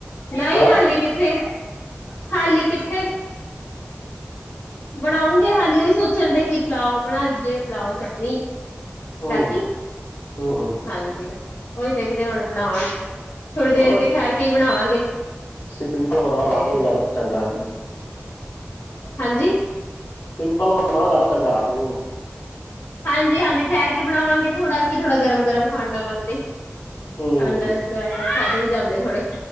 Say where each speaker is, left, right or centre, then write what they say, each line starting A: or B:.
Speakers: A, on the left; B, on the left.
A: ਨਈਂ
B: ਹੈ
A: ਹਾਲੀ ਕਿੱਥੇ, ਹਾਲੀ ਕਿੱਥੇ? ਬਣਾਉਂਗੇ ਹਾਲੀ ਓਹੀ ਸੋਚਣ ਡੇ ਕਿ ਪਿਲਾਓ ਬਣਾ ਲਈਏ, ਪਿਲਾਓ-ਚਟਨੀ
B: ਹੂੰ
A: ਰਾਤੀ।
B: ਹੂੰ ਹੂੰ
A: ਹਾਂਜੀ। ਓਹੀ ਦੇਖਦੇ ਹੁਣ ਬਣਾਵਾਂਗੇ, ਥੋੜੀ ਦੇਰ
B: ਹਾਂ
A: ਕੇ ਠਹਰ ਕੇ ਈ ਬਣਾਵਾਂਗੇ।
B: ਸਿੰਪਲ ਬਨਾਓ,
A: ਤੇ
B: ਰਾਤ ਨੂੰ
A: ਹਮ
B: ਜਾਦਾ ਚੰਗਾ।
A: ਹਾਂਜੀ।
B: ਸਿੰਪਲ ਵਾ ਨਾ ਜ਼ਿਆਦਾ ਚੰਗਾ ਰਾਤ ਨੂੰ।
A: ਹਾਂਜੀ-ਹਾਂਜੀ ਠਹਿਰ ਕੇ ਬਣਾਵਾਂਗੇ ਥੋੜਾ ਕਿ ਥੋੜਾ ਗਰਮ-ਗਰਮ ਖਾਣ ਦਾ ਮੰਗਦੇ,
B: ਹੂੰ
A: ਠੰਡ ਗਰਮ-ਗਰਮ ਖਾਧੇ ਵੀ ਜਾਂਦੇ ਥੋੜੇ